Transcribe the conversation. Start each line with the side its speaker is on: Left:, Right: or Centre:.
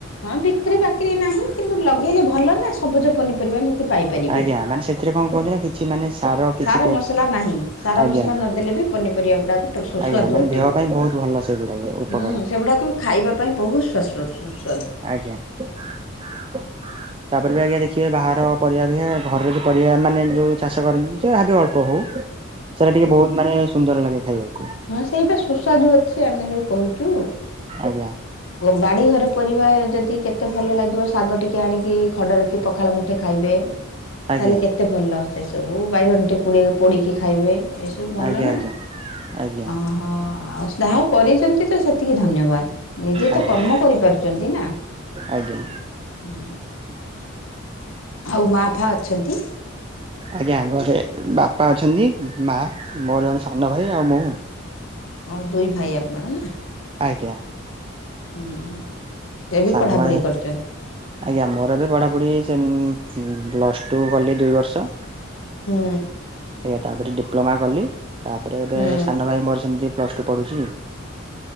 Left: ହଁ ବିକ୍ରି ପାକ୍ରି ନାହିଁ କିନ୍ତୁ ଲଗେଇଲେ ଭଲ ନା ସବୁଜ ପନିପରିବା ନିତି ପାଇ ପାରିବେ
Right: ଆଜ୍ଞା ମାନେ ସେଥିରେ କଣ କୁହନ୍ତି ନା କିଛି ମାନେ କିଛି
Left: ସାର ମସଲା ନାହିଁ, ସାର
Right: ଆଜ୍ଞା
Left: ମସଲା ନ ଦେଲେ ବି ପନିପରିବା ଗୁଡ଼ାକ ସୁସ୍ୱାଦୁ
Right: ଆଜ୍ଞା ମାନେ
Left: ଅଟିବ
Right: ଦେହ ପାଇଁ ବହୁତ ଭଲ ସେଗୁଡାକ ଉପକାର
Left: ହୁଁ ସେଗୁଡାକ ଖାଇବା ପାଇଁ ବହୁତ ସୁ ସ୍ୱା ସୁ
Right: ଆଜ୍ଞା ତାପରେ ବି ଆଜ୍ଞା ଦେଖିବେ ବାହାର ପରିବା ବି ଘରରେ ଯୋଉ ପରିବା ମାନେ ଯୋଉ ଚାଷ କରନ୍ତି ଯାହା ବି ଅଳ୍ପ ହଉ ସେଟା ଟିକେ ବହୁତ ମାନେ ସୁନ୍ଦର ଲାଗେ ଖାଇବାକୁ।
Left: ହଁ ସେଇଟା ସୁସ୍ୱାଦ ଅଛି। ଆମେ ଯୋଉ କହୁଛୁ
Right: ଆଜ୍ଞା
Left: ବାଡ଼ି ଘର ପରିବା ଯଦି କେତେ ଭଲ ଲାଗିବ ଶାଗ ଟିକେ ଆଣିକି ଖଡ଼ ରଖି ପଖାଳ ମୁ ମୁଠେ ଖାଇବେ
Right: ଆଜ୍ଞା
Left: ତାହେଲେ କେତେ ଭଲ ସେ ସବୁ ବାଇଗଣ ଟେ ପୁଡ଼ି ପୋଡ଼ିକି ଖାଇବେ, ଏ ସବୁ ଭଲ
Right: ଆଜ୍ଞା
Left: ନା
Right: ଆଜ୍ଞା। ଆଜ୍ଞା
Left: ଓହୋ ଆଉ ଯାହା କରିଛନ୍ତି ତ ସେତିକି ଧନ୍ୟବାଦ। ନିଜେ ତ
Right: ଆଜ୍ଞା
Left: କର୍ମ କରିପାରୁଚନ୍ତି ନା ହଁ
Right: ଆଜ୍ଞା
Left: ଆଉ ମା ଫା ଅଛନ୍ତି।
Right: ଆଜ୍ଞା ଘରେ ବାପା ଅଛନ୍ତି। ମା ମୋର ସାନଭାଇ ଆଉ ମୁଁ
Left: ଓହୋ ଦୁଇ ଭାଇ ଆପଣ ନା?
Right: ଆଜ୍ଞା
Left: ହୁଁ ସେ ବି
Right: ସାନ
Left: ପଢ଼ାପଢ଼ି
Right: ଭାଇ
Left: କରୁଛନ୍ତି।
Right: ଆଜ୍ଞା ମୋର ଏବେ ପଢାପଢି ସେ ପ୍ଲସ ଟୁ କଲି ଦୁଇ ବର୍ଷ
Left: ହୁଁ
Right: ଆଜ୍ଞା ତାପରେ ଡିପ୍ଲୋମା କଲି, ତାପରେ ଗୋଟେ
Left: ହୁଁ
Right: ସାନଭାଇ ମୋର ସେମିତି ପ୍ଲସ ଟୁ ପଢୁଛି।